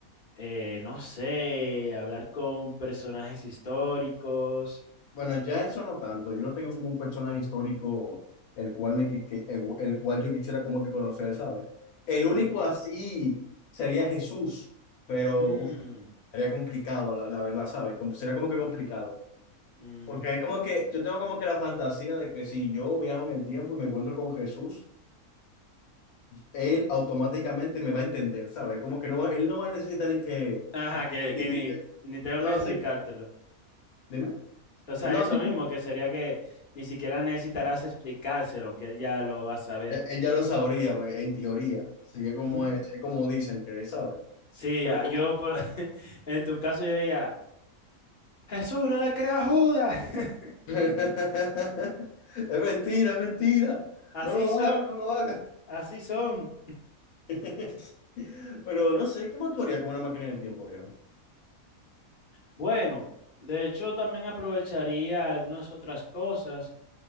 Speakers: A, on the left; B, on the left.
A: Eh, no sé, hablar con personajes históricos.
B: Bueno, ya eso no tanto. Yo no tengo como un personaje histórico el cual me qui- que- el, el cual yo quisiera como que conocer, ¿sabes? El único
A: Mm,
B: así sería Jesús, pero
A: mm,
B: uf, sería complicado, la, la verdad, ¿sabes? Como- sería como que complicado.
A: mm.
B: Porque es como que yo tengo como que la fantasía de que si yo viajo en el tiempo y me encuentro con Jesús, él automáticamente me va a entender, ¿sabes? Como que no, él no va a necesitar ni que...
A: Ajá, que,
B: ni-
A: que
B: ni-
A: ni, ni tengo
B: No,
A: que explicártelo.
B: sí, dime.
A: O sea,
B: No,
A: eso
B: sí,
A: mismo,
B: sí,
A: que sería que ni siquiera necesitarás explicárselo, que él ya lo va a saber.
B: E- Ella lo sabría, güey, en teoría. Sigue
A: Ujú.
B: como es, es como dicen que él sabe.
A: Sí,
B: Pero
A: ah, yo por- <laughs> en tu caso yo diría, Jesús, no le creas a Judas. <laughs>
B: <laughs> es mentira, es mentira.
A: Así
B: No lo
A: son,
B: haga, no lo haga.
A: así son.
B: <laughs> Pero no sé, ¿qué más tú harías con una máquina del tiempo, viejo?
A: Bueno, de hecho también aprovecharía algunas otras cosas,